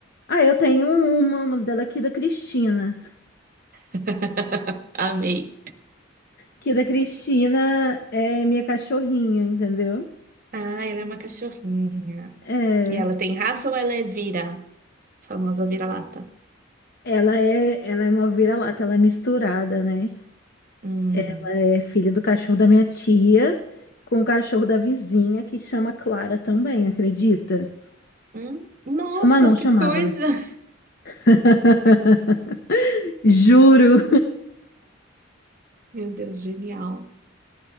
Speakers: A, on the left (about 55°); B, on the right (about 45°).
A: Ah, eu tenho uma, o nome dela é Kida Cristina.
B: <laughs> Amei.
A: Kida Cristina é minha cachorrinha, entendeu?
B: Ah, ela é uma cachorrinha.
A: É,
B: E ela tem raça ou ela é vira? Famosa vira-lata.
A: ela é, ela é uma vira-lata, ela é misturada, né?
B: Hum.
A: Ela é filha do cachorro da minha tia com o cachorro da vizinha que chama Clara também, acredita?
B: Hum? Nossa,
A: Chama não,
B: que
A: chamava,
B: coisa!
A: né?
B: <laughs>
A: <laughs> Juro.
B: Meu Deus, genial.